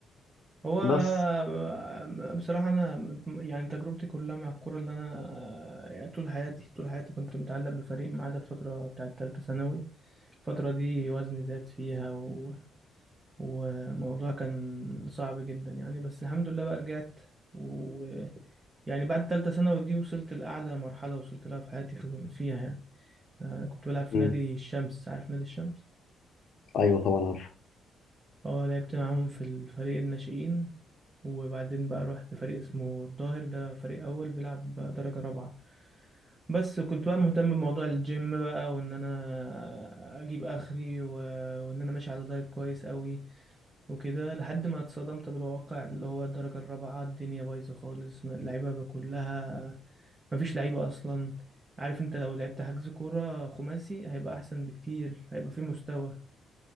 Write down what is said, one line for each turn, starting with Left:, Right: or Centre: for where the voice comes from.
Right: هو آه،
Left: بس
Right: بصراحة أنا يعني تجربتي كلها مع الكورة اللي أنا آه، يعني طول حياتي طول حياتي كنت متعلق بفريق ما عدا الفترة بتاعة تالتة ثانوي الفترة دي وزني زاد فيها و... وموضوع كان صعب جدا يعني بس الحمد لله بقى رجعت و يعني بعد تالتة ثانوي دي وصلت لأعلى مرحلة وصلت لها في حياتي في- فيها يعني آه، كنت بلعب في
Left: امم
Right: نادي الشمس عارف نادي الشمس؟
Left: ايوه طبعا عارف
Right: اه لعبت معاهم في الفريق الناشئين وبعدين بقى رحت فريق اسمه الظاهر ده فريق أول بيلعب بقى درجة رابعة بس كنت بقى مهتم بموضوع الجيم بقى وإن أنا أجيب آخري و... وإن أنا ماشي على دايت كويس قوي وكده لحد ما اتصدمت بالواقع اللي هو الدرجة الرابعة الدنيا بايظة خالص اللعيبة بقى كلها مفيش لعيبة أصلا عارف انت لو لعبت حجز كورة خماسي هيبقى أحسن بكتير هيبقى فيه مستوى